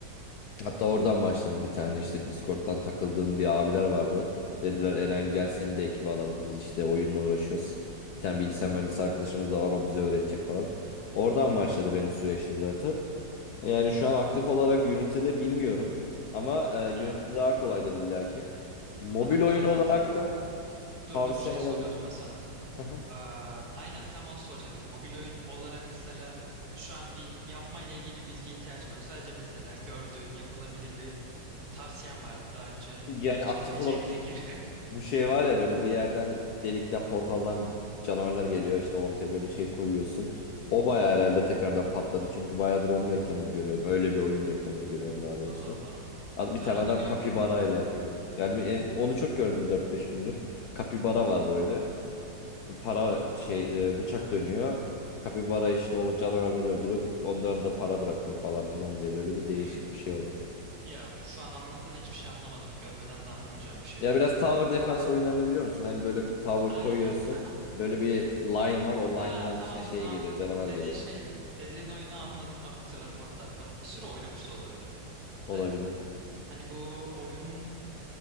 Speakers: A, on the left (about 70°); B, on the right (about 55°).
A: Hatta oradan başladım bir tane işte Discord'dan takıldığım bir abiler vardı. Dediler Eren
B: Hı hı.
A: gel seni de ekibe alalım biz işte oyunla uğraşıyoruz. Bir tane bilgisayar mühendisi arkadaşımız da var o bize öğretecek falan. Oradan
B: Hı hı.
A: başladı benim süreçte zaten. Yani şu an aktif olarak Unity'de bilmiyorum. Ama e,
B: Ya
A: Unity daha kolaydır illaki. Mobil
B: daha kolay
A: oyun olarak
B: zaten de.
A: da
B: Dur
A: tavsiyem
B: dur şey
A: herhalde.
B: soruyordum ben sana.
A: Aha.
B: Aa, aynen tam onu soracaktım. Mobil oyun olarak mesela şu an bir yapmayla ilgili bir bilgiye ihtiyacım yok. Sadece mesela gördüğün yapılabilir bir tavsiyen var mı? Daha önce
A: Yani
B: böyle <laughs> çalabileceğim
A: aktif olarak
B: bir fikir.
A: bu bu şey var ya böyle bir yerden delikten portaldan canavarlar geliyor işte ortaya böyle şey koyuyorsun. O bayağı herhalde tekrardan patladı çünkü bayağıdır onun reklamını görüyorum. Öyle bir oyun reklamını görüyorum
B: <laughs>
A: daha doğrusu.
B: Allah Allah.
A: Ad- Bir
B: Ben
A: tane
B: onu
A: adam
B: görmedim.
A: kapibara ile yapıyor. Yani en- onu çok gördüm dört beş gündür. Kapibara var böyle. para
B: Hı hı.
A: şey e, bıçak dönüyor. Kapibara işte o canavarları öldürüyor. Bu, onların da para bırakıyor falan filan diye böyle bir değişik
B: Hmm.
A: bir şey olmuş.
B: Ya şu an anlattığından hiçbir şey anlamadım. Görmeden de anlamayacağım bir şey.
A: Ya biraz tower defense oyunlarını biliyor musun? Hani böyle
B: Da-
A: tower
B: Aynen.
A: koyuyorsun.
B: Aha.
A: Böyle bir line var. O
B: Ha
A: line'dan
B: tamam
A: işte şey
B: tamam.
A: geliyor. Canavar
B: Dediğin
A: geliyor.
B: şeyi, dediğin oyunu anladım ve hatırladım hatta. Bak, Bir süre oynamış da olabilirim.
A: Olabilir.
B: De hani bu oyun